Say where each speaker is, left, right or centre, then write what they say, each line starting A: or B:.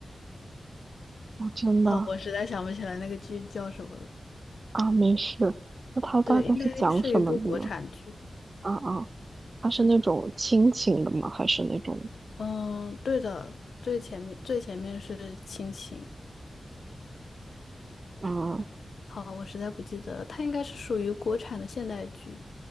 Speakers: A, on the right; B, on the left.
A: 哦，真的
B: 好，我实在想不起来那个剧叫什么了。
A: 啊，没事。那它大概是讲什么的呢？
B: 对，应该是一部国产剧。
A: 啊啊，它是那种亲情的吗？
B: 是的，
A: 还是那种
B: 嗯，对的，最前面最前面是亲情。
A: 啊
B: 好，我实在不记得了，它应该是属于国产的现代剧。